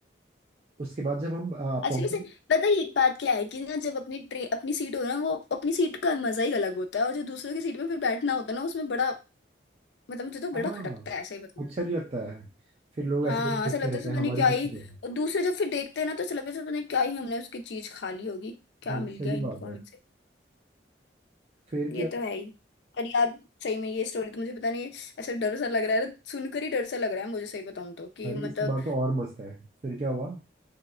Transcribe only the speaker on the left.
अच्छा
वैसे पता है एक बात क्या है कि ना जब अपनी ट्रे अपनी सीट हो ना वो अपनी सीट का मजा ही अलग होता है और जो दूसरों की सीट पे फिर बैठना होता है ना उसमें बड़ा मतलब मुझे तो बड़ा
खटकता है ऐसे ही बताऊं
तो।
हाँ
ऐसा
लगता
है जैसे
पता
नहीं क्या
ही
और दूसरे जब फिर देखते हैं ना तो ऐसा लगता है जैसे पता नहीं क्या ही हमने उसकी चीज खा ली होगी क्या
मिल
गया इनको
हमसे
ये
तो
है ही पर यार सही में ये स्टोरी तो मुझे पता नहीं ऐसा डर सा लग रहा है सुनकर ही डर सा लग रहा है मुझे सही बताऊं तो कि
मतलब